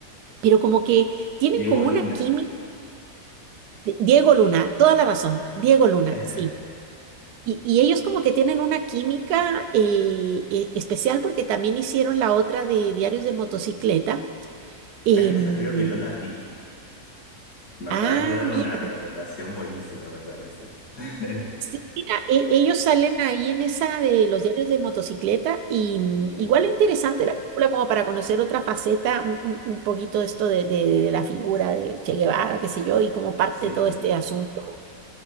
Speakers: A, on the right; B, on the left.
A: pero como que tienen
B: Diego
A: como
B: Luna.
A: una química. Di- Diego Luna, toda la razón,
B: Ahí va.
A: Diego Luna,
B: <laughs>
A: sí. Y, y ellos como que tienen una química eh, eh, especial porque también hicieron la otra de Diarios de Motocicleta. Em,
B: Ahí esa creo que no la vi. Me acabas
A: ah,
B: de dar
A: mira,
B: una recomendación buenísima, me parece. <laughs>
A: sí, mira, e- ellos salen ahí en esa de los Diarios de Motocicleta y mm,
B: Bien.
A: igual es interesante la película como para conocer otra faceta, un, un- un poquito esto de, de- de la figura de Che Guevara, qué sé yo, y cómo parte
B: Sí,
A: todo este asunto